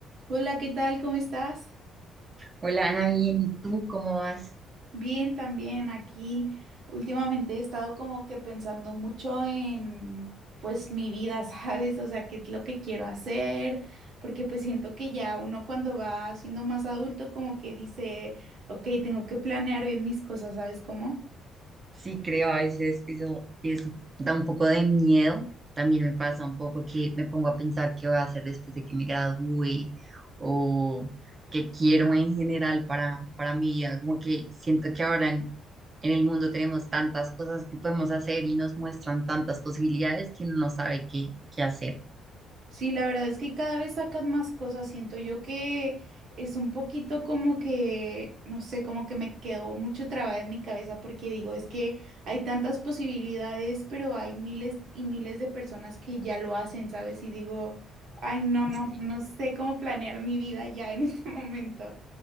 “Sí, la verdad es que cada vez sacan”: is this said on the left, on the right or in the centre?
Right